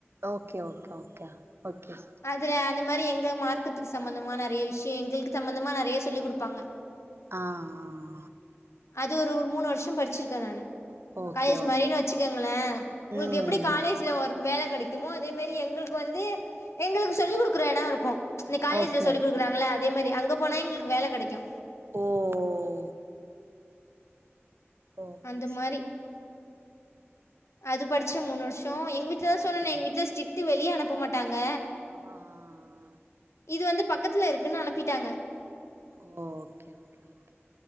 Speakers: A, on the right (about 60°); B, on the left (about 80°).
A: ஓகே ஓக ஒக்யா ஒக்கேஸ்
B: அதுல அந்த மாரி எங்க மார்க்கத்துக்கு சம்மந்தமா நெறைய விஷ்ஷே எங்குள்க்கு தம்மந்தமா நெறைய சொல்லிக் குடுப்பாங்க
A: ஆ ஆ
B: அது ஒரு மூணு வர்ஷோ படிச்சிருக்க நானு
A: ஓகே
B: காய்ஜ்
A: ஓகே
B: மாரின்
A: ஓகே
B: வச்சுக்குங்களே உங்கக்கு
A: ம்
B: எப்படி காலேஜ்ல
A: ம்
B: அவர்க்கு வேல கடிக் இம்மோ அதே மேரி எங்கள்க்கு வந்து எங்களுக்கு சொல்லிக் குடுக்குற யடோ இருக்கு இந காலேஜ்ல
A: ஓகே
B: சொல்லிக்
A: ஓகே
B: குடுக்குறாங்கள அதே மாரி அங்க போனா எங்கள்க்கு வேலை கடக்யு
A: ஓ ஓ ஓகே
B: அந்த
A: சிஸ்டர்
B: மாரி அது படிச்ச மூணு வருஷோ எங்க வீட்ல
A: ஓகே
B: சொன்னனே எங்க வீட்ல ஸ்டிட்டு வெளிய அனுப்ப மாட்டாங்க
A: உவ ஹா ஹா
B: இது வந்து பக்கத்துல இருக்குன் அனப்பிட்டாங்க
A: ஓ ஓகே ஓகே ஓகே